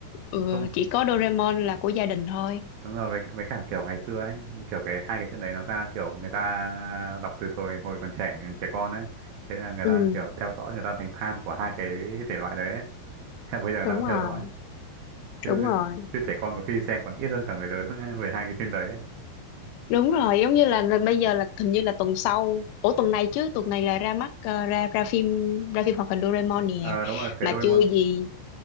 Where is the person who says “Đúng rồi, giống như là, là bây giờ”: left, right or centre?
Left